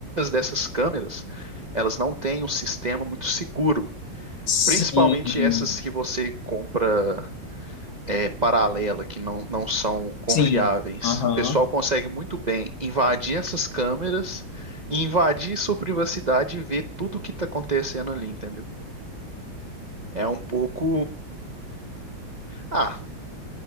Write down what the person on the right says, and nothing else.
dessas câmeras, elas não têm um sistema muito seguro.
Principalmente essas que você compra é, paralela, que não, não são confiáveis.
O pessoal consegue muito bem invadir essas câmeras e invadir sua privacidade e ver tudo o que está acontecendo ali, entendeu? É um pouco. Ah,